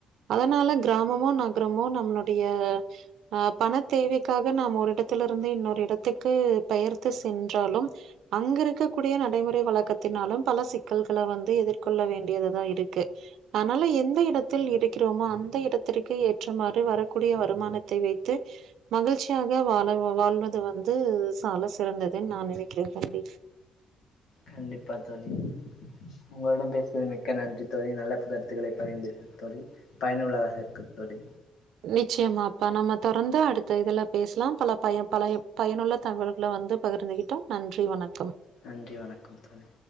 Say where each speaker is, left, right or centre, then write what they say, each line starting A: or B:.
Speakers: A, on the right; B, on the left.
A: அதனால கிராமமோ நகரமோ நம்மளுடைய ஆ பண தேவைக்காக நாம் ஒரு இடத்தில இருந்து இன்னொரு இடத்துக்கு பெயர்த்து சென்றாலும் அங்கருக்க கூடிய நடைமுறை வழக்கத்தினாலு பல சிக்கல்கள வந்து எதிர்கொள்ள வேண்டியதுதா இருக்கு ஆதுனால எந்த இடத்தில் இருக் கிறோமோ அந்த இடத்திற்கு ஏற்றமாறு வரக்கூடிய வருமானத்தை வைத்து மகிழ்ச்சியாக வாழ வாழ்வது வந்து சால சிறந்ததுன் நா நினைக்கிற தம்பி
B: கண்டிப்பா தோழி உங்களிடம் பேசுவது மிக்க நன்றி தோழி நல்ல கருத்துக்களை பகிந்துர் தோழி பயனுள்ளதாக க்கு தோழி
A: நிச்சயமாப்பா நம்ம தொடர்ந்து அடுத்த இதுல பேசலாம் பல பயன் பல பயனுள்ள தகவல்கள வந்து பகிர்ந்துகிட்டோம் நன்றி வணக்கம்
B: நன்றி வணக்கம் தோழி